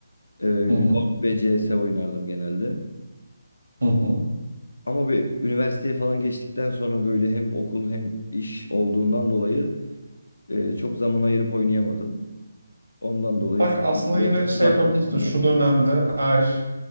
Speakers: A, on the left; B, on the right.
A: E, LoL
B: Hı hı,
A: ve CS oynardım genelde.
B: hı hı.
A: Ama bir üniversiteye falan geçtikten sonra böyle hem okul hem iş olduğundan dolayı e, çok zaman ayırıp oynayamadım. Ondan dolayı
B: Bak
A: şu
B: aslında
A: an bile
B: yine şey
A: uzaklaştım
B: yapabilirsin. Şu
A: yani.
B: dönemde eğer